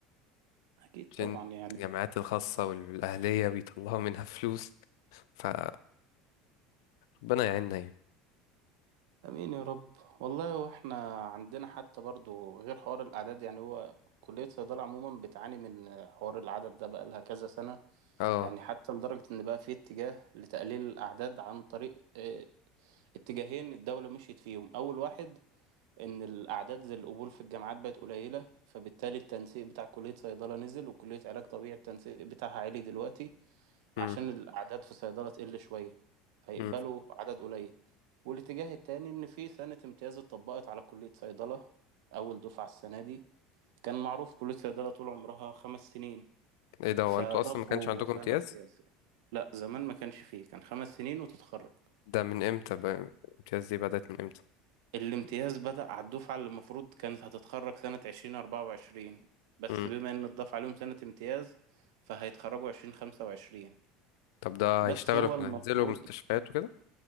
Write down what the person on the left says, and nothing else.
عشان
الجامعات الخاصة والأهلية بيطلعوا منها <laughs> فلوس فربنا يعيننا يعني
اه
مم.
مم.
ايه ده
هو انتوا اصلا ما كانش عندكم
امتياز
ده من امتى بقى الامتياز دي بدأت من امتى
مم.
طب ده
هيشتغلوا
في
هينزلوا مستشفيات وكده